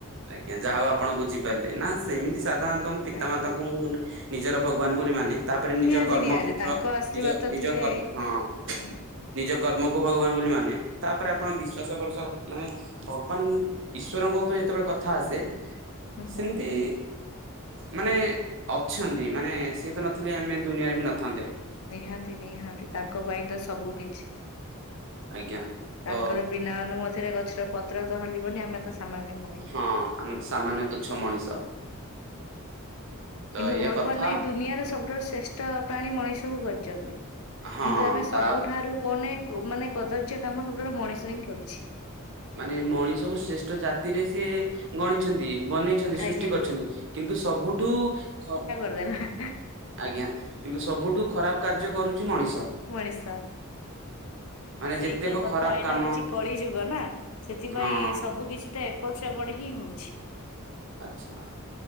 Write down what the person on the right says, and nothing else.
ଆଜ୍ଞା ଯାହା ହଉ ଆପଣ ବୁଝିପାରିଲେ ନା ସେମିତି ସାଧାରଣତଃ ମୋ ପିତା
ମାତାଙ୍କୁ ମୁଁ ମାନ ନିଜର ଭଗବାନ ବୋଲି ମାନେ ତାପରେ ନିଜ
କର୍ମକ୍ଷେତ୍ର
ନିଜ ନିଜ
କର୍ ହଁ।
ନିଜ କର୍ମକୁ ଭଗବାନ ବୋଲି ମାନେ ତାପରେ ଆପଣ ବିଶ୍ଵାସ ଭରଷା ମାନେ ଭଗବାନ ଈଶ୍ୱରଙ୍କ ଉପରେ ଯେତେବେଳେ କଥା ଆସେ
ସେମିତି
ମାନେ ଅଛନ୍ତି ମାନେ ସିଏ ତ ନଥିଲେ ଆମେ ଦୁନିଆରେ ବି ନଥାନ୍ତେ।
ଆଜ୍ଞା ତ
ହଁ ଆମେ ସାମାନ୍ୟ ତୁଛ ମଣିଷ। ତ
ଏଇଆ
କଥା
ହଁ
ତା
ମାନେ ମଣିଷକୁ ଶ୍ରେଷ୍ଠ ଜାତିରେ ସେଏ ଗଣିଛନ୍ତି ବନେଇ ସୃଷ୍ଟି
କରିଛନ୍ତି କିନ୍ତୁ ସବୁଠୁ ଖ
ଆଜ୍ଞା କିନ୍ତୁ ସବୁଠୁ ଖରାପ କାର୍ଯ୍ୟ କରୁଛି ମଣିଷ।
ମାନେ
ଯେତେକ
ଖରାପ
କାମ
ହଁ
ଆଚ୍ଛା